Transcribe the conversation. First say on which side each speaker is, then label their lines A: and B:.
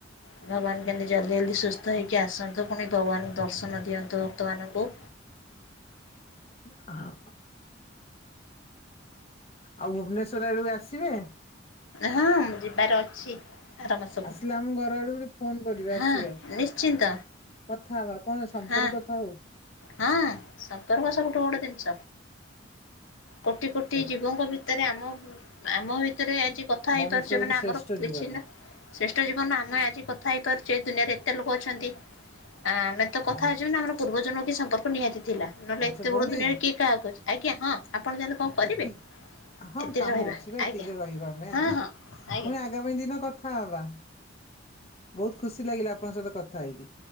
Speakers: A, on the left; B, on the left.
A: ଭଗବାନ କେମିତି ଜଲଦି ଜଲଦି ସୁସ୍ଥ ହେଇକି ଆସନ୍ତୁ ପୁଣି ଭଗବାନ ଦର୍ଶନ ଦିଅନ୍ତୁ। ଭକ୍ତ ମାନଙ୍କୁ।
B: ହଁ। ଆଉ ଭୁବନେଶ୍ୱର ଆଡ଼ୁ ଆସିବେ?
A: ହଁ ଯିବାର ଅଛି। ଆର ମାସକୁ
B: ଆସିଲେ ଆମ ଘର ଆଡ଼କୁ ଫୋନ କରିବେ
A: ହଁ
B: ଆସିବେ।
A: ନିଶ୍ଚିନ୍ତ।
B: କଥା ହବା କଣ ସମ୍ପର୍କ
A: ହଁ
B: ଥାଉ?
A: ହଁ ସମ୍ପର୍କ ସେମିତି ଗୋଟେ ଜିନିଷ। କୋଟି କୋଟି
B: ଆଉ
A: ଜୀବଙ୍କ ଭିତରେ ଆମ ଆମ ଭିତରେ ଆଜି କଥା ହେଇପାରୁଛେ
B: ମଣିଷ ହଉଛି
A: ମାନେ
B: ଶ୍ରେଷ୍ଠ
A: ଆମର କିଛି
B: ଜୀବନ
A: ଶ୍ରେଷ୍ଠ ଜୀବନ ଆମେ ଆଜି ଥା ହେଇପାରୁଛେ ଏ ଦୁନିଆରେ ଏତେ ଲୋକ ଅଛନ୍ତି ଆ ଆମେ ତ କଥା
B: ଆଉ
A: ହେଉଛେ ଆମର ପୂର୍ବ ଜନ୍ମ ସମ୍ପର୍କ ନିହାତି ଥିଲା ନହେଲେ
B: ଆଚ୍ଛା
A: ଏତେ
B: ଭଉଣୀ
A: ବଡ଼ ଦୁନିଆରେ କିଏ କାହାକୁ ଅଛି ଆଜ୍ଞା ହଁ ଆପଣ ଜାେଲେ କଣ କରିବେ?
B: ଏତି ହଁ
A: ଏତିକି
B: କାମ
A: ରହିବା
B: ଅଛି ବା
A: ଆଜ୍ଞା
B: ଏତିକିରେ ରହିବା। ଆଜି
A: ହଁ ହଁ ଆଜ୍ଞା।
B: ପୁଣି ଆଗାମୀ ଦିନ କଥା ହବା। ବହୁତ ଖୁସି ଲାଗିଲା ଆପଣଙ୍କ ସହିତ କଥା ହେଇକି।